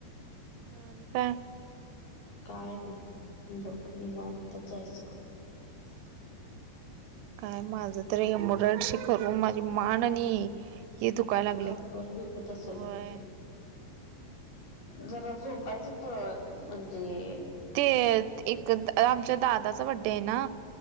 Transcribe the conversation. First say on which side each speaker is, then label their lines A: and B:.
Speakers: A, on the right (about 85°); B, on the left (about 55°).
A: ह आणि काय?
B: काय नाही ग झोप नवातच हा यसग <unintelligible> हा <unintelligible>
A: काय माझ तरी एम्बडंशी करून माझी मान आणि हे दुखाय लागलय
B: कंबर दुखत असल?
A: व्हय
B: जरा झोपायचं पण म्हणजे.
A: ते एक आमच्या दादाचा बड्डे आहे ना.